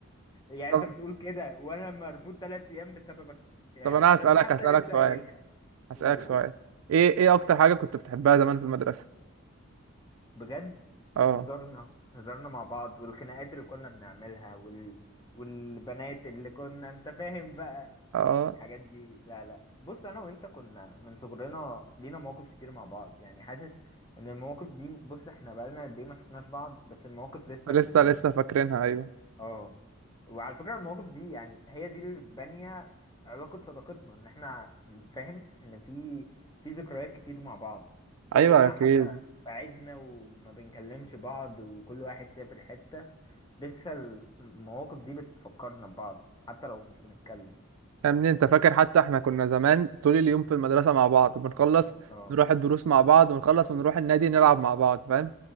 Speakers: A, on the left; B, on the right.
A: يعني
B: طب
A: انت بتقول كده وانا مرفوض تلات ايام بسببك يا
B: طب انا
A: ده
B: هسالك
A: انت حتى
B: هسالك
A: لسه
B: سؤال
A: قايلها
B: هسألك
A: قول يا
B: سؤال
A: عم
B: ايه ايه اكتر حاجة كنت بتحبها زمان في المدرسة
A: بجد
B: اه
A: هزارنا هزارنا مع بعض والخناقات اللي كنا بنعملها وال... والبنات اللي كنا انت فاهم بقى
B: اه
A: الحاجات دي لا لا بص انا وانت كنا من صغرنا لينا مواقف كتير مع بعض يعني حاسس ان المواقف دي بص احنا بقالنا قد ايه ما شفناش بعض بس المواقف لسه
B: لسه
A: في دماغنا
B: لسه فاكرينها ايوه
A: اه وعلى فكرة المواقف دي يعني هي دي اللي بانية علاقة صداقتنا ان احنا فاهم ان في في ذكريات كتير مع بعض كل
B: ايوه
A: ما
B: اكيد
A: حتى بعدنا وما بنكلمش بعض وكل واحد سافر حتة لسه المواقف دي بتفكرنا ببعض حتى لو مش بنتكلم
B: يا ابني انت فاكر حتى احنا كنا زمان طول اليوم في المدرسة مع بعض بنخلص
A: اه
B: نروح الدروس مع بعض ونخلص ونروح النادي نلعب مع بعض فاهم